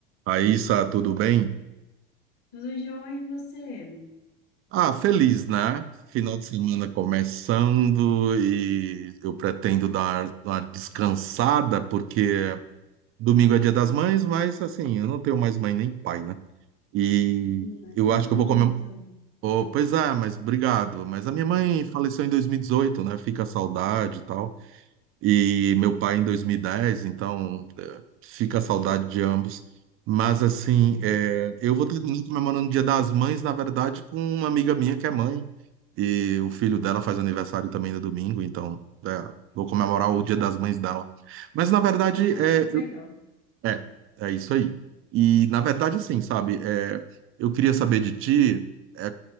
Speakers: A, on the right; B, on the left.
A: Raíssa, tudo bem?
B: Tudo jóia e você?
A: Ah, feliz, né? Final de semana começando e eu pretendo dar uma descansada, porque domingo é dia das mães, mas assim, eu não tenho mais mãe nem pai, né? E
B: Ah,
A: eu
B: Sinto
A: acho que eu
B: muito.
A: vou comer. Oh, pois é, mas obrigado. Mas a minha mãe faleceu em 2018, né? Fica a saudade e tal. e meu pai em 2010, então eh, fica a saudade de ambos. Mas assim,
B: É.
A: eh, eu vou terminar comemorando o Dia das Mães, na verdade, com uma amiga minha que é mãe. E o filho dela faz aniversário também no domingo, então eh, vou comemorar o Dia das Mães dela. Mas na verdade,
B: Ah,
A: eh,
B: que legal.
A: é, é isso aí. E, na verdade, assim, sabe, é, eu queria saber de ti, é,